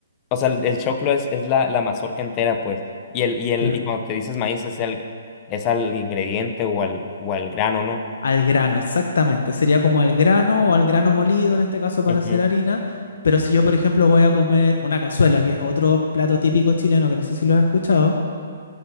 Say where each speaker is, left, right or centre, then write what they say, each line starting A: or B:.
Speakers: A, on the left; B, on the left.
A: o sea, el, el choclo es, es la, la mazorca entera, pues, y el, y el,
B: Claro.
A: y cuando te dices maíz es el, es al ingrediente o al, o al grano, ¿no?
B: Al grano, exactamente. Sería como al grano o al grano molido, en este caso, para
A: Ujú.
B: hacer harina. Pero si yo, por ejemplo, voy a comer una cazuela, que es otro plato típico chileno que no sé si lo has escuchado,